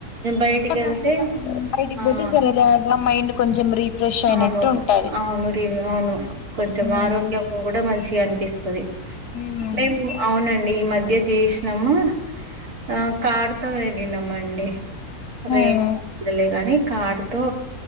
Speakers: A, on the right (about 65°); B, on the left (about 85°).
A: బయటికి
B: అట్లా
A: వెళ్తే
B: కొంచెం బయటికి
A: ఆ
B: పోటి సరదాగా మైండ్ కొంచెం రీఫ్రెష్ అయినట్టు
A: అవును
B: ఉంటై
A: అవును రీ అవును కొంచెం
B: ఉమ్
A: ఆరోగ్యం కూడా మంచిగా అనిపిస్తుది
B: ఉమ్
A: మేము అవునండి ఈ మధ్య చేసినాము ఆ కారుతో వెళ్ళినాము అండి రేలే
B: ఉమ్
A: గానీ కారు తో